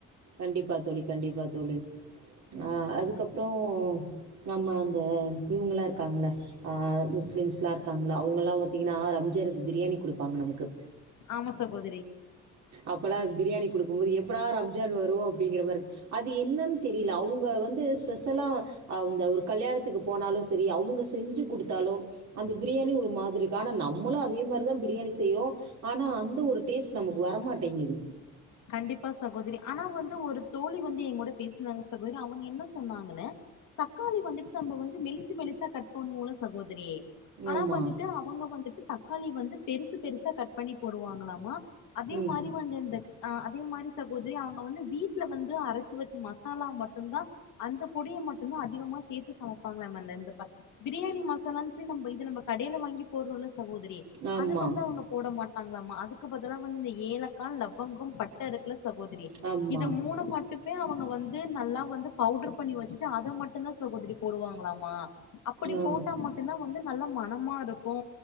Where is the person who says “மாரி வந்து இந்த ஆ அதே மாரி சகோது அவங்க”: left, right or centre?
Left